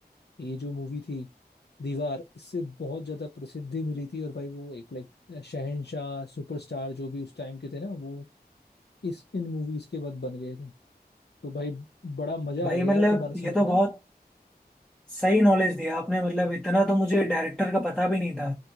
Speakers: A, on the left (about 80°); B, in the centre.
A: ये जो मूवी थी दीवार इससे बहुत ज्यादा प्रसिद्धि मिली थी और भाई वो एक लाइक शहनशाह सुपरस्टार जो भी उस टाइम के थे ना वो इस इन मूवीज के बाद बन गए थे तो भाई बड़ा मजा
B: भाई
A: आ गया
B: मतलब
A: यार तुम्हारे साथ
B: ये तो
A: ना
B: बहुत सही नॉलेज दिया आपने मतलब इतना तो मुझे डायरेक्टर का पता भी नहीं था